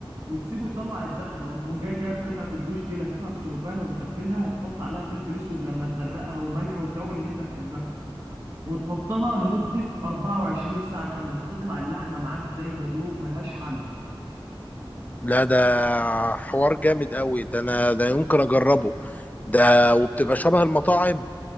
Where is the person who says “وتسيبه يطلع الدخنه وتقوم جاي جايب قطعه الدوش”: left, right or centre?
Right